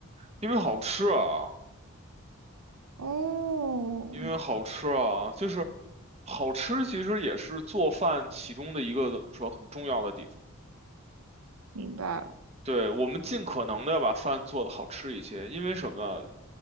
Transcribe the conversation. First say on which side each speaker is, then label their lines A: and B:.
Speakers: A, on the right; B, on the right.
A: 因为好吃啊，
B: 哦，
A: 因为好吃啊，就是好吃，其实也是做饭其中的一个说很重要的地方。
B: 明白了，
A: 对，我们尽可能的要把饭做得好吃一些，因为什么？